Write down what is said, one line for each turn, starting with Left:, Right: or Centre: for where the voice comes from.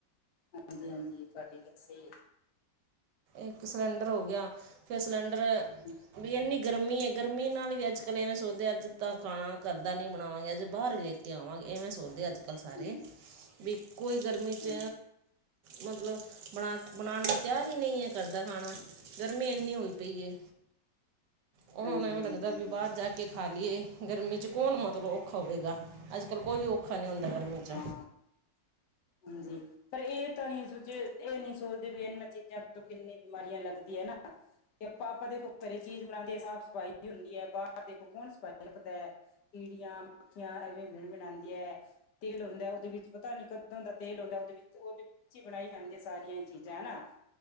Left: ਹਾਂਜੀ ਹਾਂਜੀ ਤੁਹਾਡੀ ਗੱਲ ਸਹੀ ਹੈ।
Right: ਇੱਕ ਸਿਲੰਡਰ ਹੋ ਗਿਆ ਫਿਰ ਸਿਲੰਡਰ
Left: ਜੀ।
Right: ਵੀ ਇਨੀ ਗਰਮੀ ਹੈ ਗਰਮੀ ਨਾਲ ਵੀ ਅੱਜ ਕੱਲ੍ਹ ਐਵੇਂ ਸੋਚਦੇ ਅੱਜ ਤਾਂ ਖਾਣਾ ਕਰਦਾ ਨਹੀਂ ਬਣਾਵਾਂਗੇ ਅ ਜੇ ਬਾਹਰ ਲੈ ਕੇ ਕੇ ਆਾਂਗੇ ਇਹਵੇਂ ਸੋਚਦੇ ਅੱਜ ਕੱਲ ਸਾਰੇ
Left: ਹਮ,
Right: ਵੀ ਕੋਈ ਗਰਮੀ
Left: ਹਾਂਜੀ
Right: ਚ ਮਤਲਬ ਬਣਾ ਬਣਾਉਣ ਲਈ ਤਿਆਰ ਦਿਲ ਹੀ ਨਹੀਂ ਕਰਦਾ ਖਾਣਾ ਗਰਮੀ ਇਨੀ ਹੋਈ ਪਈ ਉਹ
Left: ਹਾਂਜੀ
Right: ਇਵੇਂ ਲੱਗਦਾ
Left: ਹਾਂਜੀ
Right: ਵੀ ਬਾਹਰ ਜਾ ਕੇ ਕੇ ਖਾ ਲਈਏ ਗਰਮੀ 'ਚ ਕੌਣ ਮਤਲਬ ਔਖਾ ਹੋਵੇਗਾ ਅੱਜ ਕੱਲ੍ਹ ਕੋਈ ਵੀ ਔਖਾ ਨਹੀਂ ਹੁੰਦਾ ਗਰਮੀ 'ਚ।
Left: ਹਾਂ ਹਾਂਜੀ ਪਰ ਇਹ ਤਾਂ ਨ ਸੋਝੇ ਇਹ ਨੀ ਸੋਚਦੇ ਵੀ ਇਹਨਾਂ ਚੀਜ਼ਾਂ ਤੋਂ ਕਿੰਨੀ ਬਿਮਾਰੀਆਂ ਲੱਗਦੀਆਂ ਹੈ ਨਾ ਤੇ ਆਪਾਂ ਆਪਾਂ ਦੇਖੋ ਘਰੇ ਚੀਜ਼ ਬਣਾਉਂਦੇ ਹ ਸਾਫ ਸਫਾਈ ਹੁੰਦੀ ਹੈ ਬਾਹਰ ਦੇਖੋ ਕੌਣ ਸਫ਼ਾਈ ਭਟਕਦੀਆਂ ਕੀੜੀਆਂ ਮੱਖੀਆਂ ਐਵੇਂ ਭਿੰਨ ਭਿਨਾਉਂਦੀਆਂ ਤੇਲ ਹੁੰਦਾ ਉਹਦੇ ਵਿੱਚ ਪਤਾ ਅੱਜ ਕੱਲ ਤਾਂ ਉਹਦਾ ਤੇਲ ਹੁੰਦਾ ਉਹਦੇ ਵਿੱਚ ਉਹਦੇ ਵਿੱਚ ਹੀ ਬਣਾਈ ਜਾਂਦੀ ਸਾਰੀਆਂ ਚੀਜ਼ਾਂ ਹਨਾ